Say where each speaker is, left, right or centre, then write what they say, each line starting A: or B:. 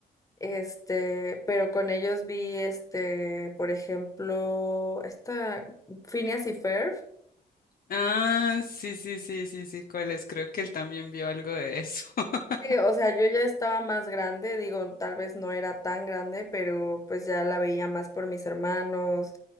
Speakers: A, on the left; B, on the left.
A: Este, pero con ellos vi, este, por ejemplo, esta Phineas y Ferb.
B: Ah, sí, sí, sí, sí, sí, ¿cuál es? Creo que él también vio algo de eso. <laughs>
A: Sí, o sea, yo ya estaba más grande, digo, tal vez no era tan grande, pero pues ya la veía más por mis hermanos,